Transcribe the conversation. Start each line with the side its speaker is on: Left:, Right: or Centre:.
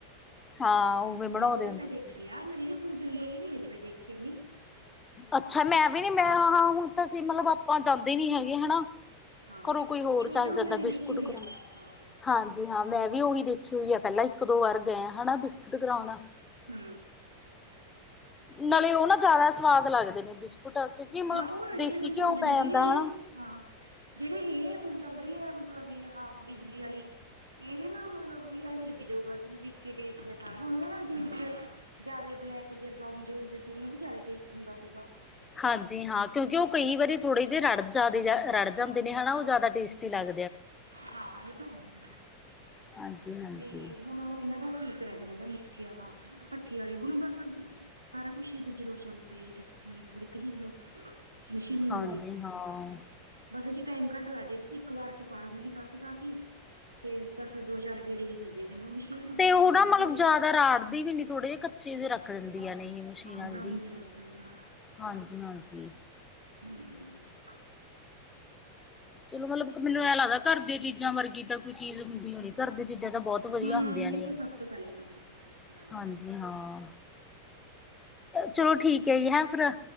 Left: ਹਾਂ ਉਵੇਂ ਬਣਾਉਂਦੇ
Right: ਓ ਤਾਂ
Left: ਹੁੰਦੇ
Right: ਮੈਂ
Left: ਸੀ।
Right: ਦੇਖੀ ਆ ਜੇੜੀ ਹੁਨ ਚੱਲੀ ਆਈ ਏ ਨੀ ਹਜੇ ਮੈਂ ਦੇਖੀ ਨੀ।
Left: ਅੱਛਾ ਮੈਂ ਵੀ ਨੀ ਮੈਂ ਹਾਂ ਹੁਨ ਤਾਂ ਅਸੀਂ ਮਤਲਬ ਆਪਾਂ ਜਾਂਦੇ ਨੀ ਹੈਗੇ ਹਨਾ।
Right: ਹਾਂ
Left: ਘਰੋਂ ਕੋਈ ਹੋਰ
Right: ਛੋਟੇ
Left: ਚੱਲ
Right: ਹੁੰਦੇ
Left: ਜਾਂਦਾ
Right: ਦੀ ਦੇਖੀ
Left: ਬਿਸਕੁਟ
Right: ਹੋਈ
Left: ਕਰੌਨ।
Right: ਆ ਹਾਂ
Left: ਹਾਂਜੀ ਹਾਂ ਮੈਂ ਵੀ ਓਈ ਦੇਖੀ ਹੋਈ ਆ ਪੈਲਾਂ ਇੱਕ ਦੋ ਵਾਰ ਗਏ ਆਂ ਹਨਾ ਬਿਸਕੁਟ ਕਰੌਨ।
Right: ਹੂੰ।
Left: ਨਾਲੇ ਓ ਨਾ ਜ਼ਾਦਾ ਸਵਾਦ ਲੱਗਦੇ ਨੇ ਬਿਸਕੁਟ। ਕਿਉਂਕਿ ਮਤਲਬ
Right: ਹਾਂ ਓ ਰੜੇ-ਰੜੇ
Left: ਦੇਸੀ
Right: ਜੇ
Left: ਘਿਓ
Right: ਹੁੰਦੇ
Left: ਪੈ
Right: ਨੇ ਜੇੜੇ
Left: ਜਾਂਦਾ
Right: ਏ
Left: ਹਨਾ।
Right: ਹਾਂ। ਜੇੜੇ ਏ ਹੁਨ ਚੱਲ ਰਈ ਐ ਮਤਲਬ ਵੀ ਆਹਾ ਬਿਜਲੀ ਆਲੀ ਏਹੇ ਨਾ ਮਤਲਬ ਵੀ ਐਂਜੇ ਲੱਗੀ ਜਾਊਗਾ, ਜਿਵੇਂ ਵੀ ਇਕੇ ਟੇਸਟ ਜਾ ਸਾਰੇਆਂ ਦਾ ਜ਼ਾਦੇ ਬਲੈਕ ਜੇ ਬਰਾਊਨ ਜੇ ਹੁੰਦੇ ਸੀ ਓਨਾਂ ਦਾ ਜ਼ਾਦੇ ਟੇਸਟ ਹੁੰਦਾ ਸੀਗਾ।
Left: ਹਾਂਜੀ ਹਾਂ ਕਿਓਂਕਿ ਓ ਕਈ ਵਾਰੀ ਥੋੜੇ ਜੇ ਰੜ ਜਾਦੇ ਰੜ ਜਾਂਦੇ
Right: ਹਾਂ
Left: ਨੇ ਹਨਾ ਓ ਜ਼ਾਦਾ ਟੇਸਟੀ ਲੱਗ
Right: ਹਾਂ ਏ ਤਾਂ ਹੈ।
Left: ਹਾਂਜੀ-ਹਾਂਜੀ।
Right: ਵੀ ਹੁਨ ਏਨਾਂ ਦਾ ਠੀਕ ਰੈਂਦਾ ਗਾ ਮਿੱਠੀਆ ਹਾਂ ਭੱਠੀ ਆਲੇ ਹੁਨ ਬਸ ਸਾਰਾ ਕੁਛ ਈ ਦੂਜੇ ਲੋਟ ਚੱਲ ਪਏ ਟੈਕ ਹਰ ਇੱਕ ਚੀਜ਼ ਮਸ਼ੀਨੀ
Left: ਹਾਂਜੀ
Right: ਹੋਗੇ।
Left: ਹਾਂ।
Right: ਬਸ ਏ ਚ ਟਾਈਮ ਘੱਟ ਲੱਗਦੈ ਏ ਚ ਇੱਕ ਵਾਰ ਚ ਪਾ ਦਿੰਦੇ ਨੇ ਕਾਫੀ-ਕਾਫੀ, ਤੇ ਬਸ ਦੋ ਚਾਰ ਗੇੜੇ ਜੇ ਦਿੰਦੀ ਆ ਕੈਂਦੇ ਓ ਮਸ਼ੀਨ
Left: ਤੇ
Right: ਅ
Left: ਉਹ
Right: ਓਦੋਂ ਬਾਦ
Left: ਨਾ ਮਤਲਬ
Right: ਚ ਬਸ
Left: ਜ਼ਿਆਦਾ ਰਾੜਦੀ ਵੀ ਮੈਨੇ ਥੋੜੇ ਜੇ ਕੱਚੇ ਜੇ ਰੱਖਦੇ ਨੇ।
Right: ਹਾਂ-ਹਾਂ
Left: ਇਹ ਮਸ਼ੀਨਾਂ
Right: ਬ੍ਰਰਾਊਨ
Left: ਜਿਹੜੀ।
Right: ਜੇ ਰੈਂਦੇ ਨੇ ਓਦੇ ਨਾਲ।
Left: ਹਾਂਜੀ-ਹਾਂਜੀ।
Right: ਹੂੰ।
Left: ਚਲੋ ਮਤਲਬ ਮੈਨੂੰ ਐਂ ਲੱਗਦਾ ਘਰ ਦੀਆਂ ਚੀਜ਼ਾਂ ਵਰਗੀ ਤਾਂ ਕੋਈ ਚੀਜ਼ ਹੁੰਦੀ ਓ ਨੀ। ਘਰ ਦੀਆਂ ਚੀਜ਼ਾਂ ਤਾਂ ਬੋਤ ਵਦੀਆ
Right: ਹੂੰ
Left: ਹੁੰਦੀਆਂ ਨੇ,
Right: ਇਹ ਤਾਂ ਸਭ ਤੋਂ ਪਹਿਲਾਂ ਹੀ ਇਹ ਤਾਂ ਸਭ ਤੋਂ ਪਹਿਲਾਂ
Left: ਹਾਂਜੀ ਹਾਂ। ਚਲੋ ਠੀਕ ਐ ਜੀ ਹੈਂ ਫੇਰ।